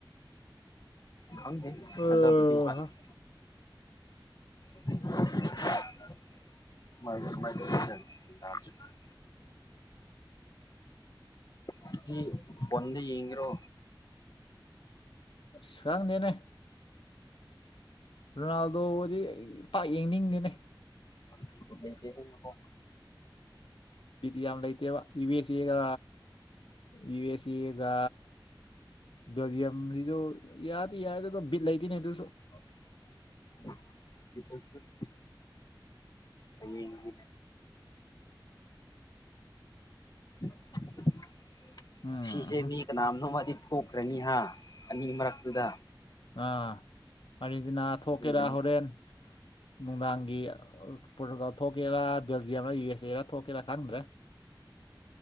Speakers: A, on the left; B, on the left.
A: ꯈꯪꯗꯦ
B: ꯑꯣ
A: ꯊꯥꯖꯕꯗꯤ ꯋꯥꯠꯂꯤ
B: ꯍꯥ
A: <unintelligible> ꯉꯁꯤ ꯐꯣꯟꯗ ꯌꯦꯡꯒꯦꯔꯣ
B: ꯑꯁ ꯈꯪꯗꯦꯗ ꯔꯣꯅꯥꯜꯗꯣꯕꯨꯗꯤ ꯏ ꯄꯥꯛ ꯌꯦꯡꯅꯤꯡꯗꯦ
A: <unintelligible>
B: ꯗꯤ ꯌꯥꯝ ꯂꯩꯇꯦꯕ ꯌꯨ ꯑꯦꯁ ꯑꯦꯒ ꯌꯨ ꯑꯦꯁ ꯑꯦꯒ ꯕꯥꯔꯁꯤꯜ ꯒꯤꯁꯨ ꯌꯥꯗꯤ ꯌꯥꯏ ꯑꯗꯨꯒ ꯕꯤꯠ ꯂꯩꯇꯅꯦ ꯇꯨꯁꯨ
A: <unintelligible> ꯍꯌꯦꯡ <unintelligible> <unintelligible>
B: ꯎꯝ
A: ꯁꯤꯁꯦ ꯃꯤ ꯀꯅꯥꯝꯅꯣꯃꯗꯤ ꯊꯣꯛꯈ꯭ꯔꯅꯤ ꯍꯥꯏ ꯑꯅꯤ ꯃꯔꯛꯇꯨꯗ
B: ꯑꯥ ꯑꯗꯨꯗꯤꯅ ꯊꯣꯛꯀꯦꯔꯥ
A: ꯑꯗꯨꯗꯅꯤ
B: ꯍꯣꯔꯦꯟ ꯅꯨꯡꯗꯥꯡꯒꯤ ꯄꯣꯔꯇꯨꯒꯥꯜ ꯊꯣꯛꯀꯦꯔꯥ ꯕꯦꯜꯖꯤꯌꯝꯔ ꯌꯨ ꯑꯦꯁ ꯑꯦꯔꯥ ꯊꯣꯛꯀꯦꯔꯥ ꯈꯪꯗ꯭ꯔꯦ